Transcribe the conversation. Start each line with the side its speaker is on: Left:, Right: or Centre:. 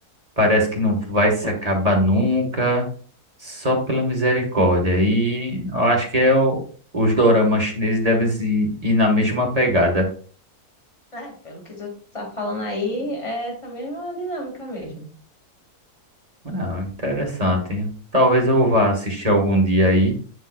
Right: parece que não vai se acabar nunca, só pela misericórdia. E eu acho que é o- os doramas chineses devem se ir na mesma pegada.
Left: É, pelo que tu tá falando aí, é essa mesma dinâmica mesmo.
Right: Ah, interessante. Talvez eu vá assistir algum dia aí